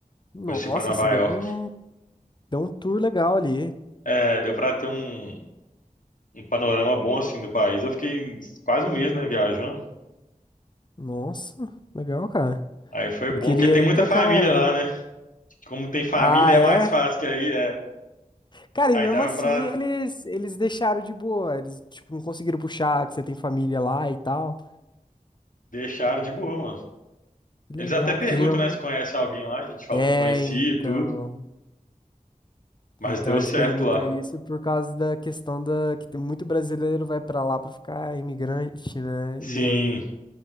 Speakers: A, on the left; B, on the left.
A: Nossa,
B: depois fui para Nova
A: se deu
B: York.
A: um, deu um tour legal ali.
B: É, deu para ter um, um panorama bom assim do país. Eu fiquei quase um mês, né, viajando.
A: Nossa, legal, cara.
B: Aí foi
A: Eu
B: bom,
A: queria
B: porque tem muita
A: ir pra
B: família
A: aquela.
B: lá, né? Como tem família,
A: Ah,
B: é
A: é?
B: mais fácil que aí é.
A: Cara,
B: Aí
A: e mesmo
B: dava
A: assim
B: pra
A: eles eles deixaram de boa. Eles, tipo, não conseguiram puxar que você tem família lá e tal.
B: deixar de boa, mano.
A: Que
B: Eles
A: Legal,
B: até perguntam,
A: porque geralmente.
B: né, se conhece alguém lá. A gente falou
A: É,
B: que conhecia
A: então.
B: e tudo, mas
A: Então
B: deu
A: eles
B: certo
A: perguntam
B: lá.
A: isso por causa da questão da que tem muito brasileiro vai pra lá pra ficar imigrante, né?
B: Sim,
A: E aí,